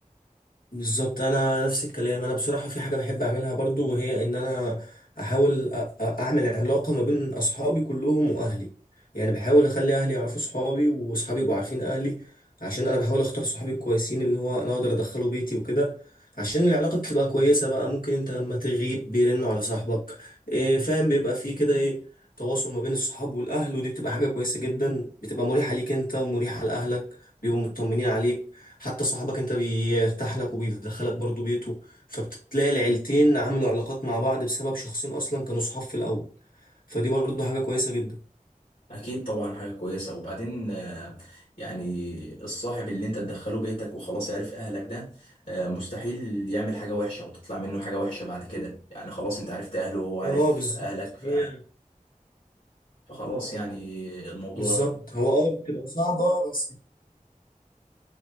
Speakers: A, on the left (about 85°); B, on the left (about 70°).
A: بالظبط انا نفس الكلام انا بصراحه في حاجه بحب اعملها برضو وهي ان انا احاول أ- أ- اعمل علاقه ما بين اصحابي كلهم واهلي يعني بحاول اخلي اهلي يعرفوا صحابي واصحابي يبقوا عارفين اهلي عشان انا بحاول اختار صحابي الكويسين اللي هو انا اقدر ادخله بيتي وكده عشان العلاقه بتبقى كويسه بقى ممكن انت لما تغيب بيرنوا على صاحبك إيه فاهم بيبقى فيه كده ايه تواصل ما بين الصحاب والاهل ودي بتبقى حاجه كويسه جدا بتبقى مريحه ليك انت ومريحه لاهلك بيبقوا مطمنين عليك حتى صاحبك انت بيرتاح لك وبيدخلك برضو بيته فبتلاقي العيلتين عملوا علاقات مع بعض بسبب شخصين اصلا كانوا صحاب في الاول فدي برضو حاجة كويسة جدا
B: اكيد طبعا حاجه كويسه وبعدين آه، يعني الصاحب اللي انت تدخله بيتك وخلاص عرف اهلك ده آه، مستحيل يعمل حاجه وحشه او تطلع منه حاجه وحشه بعد كده يعني خلاص انت عرفت اهله وهو عارف
A: اه بالظبط
B: اهلك ف...
A: هي
B: فخلاص يعني الموضوع
A: بالظبط هو اه بتبقى صعبة بس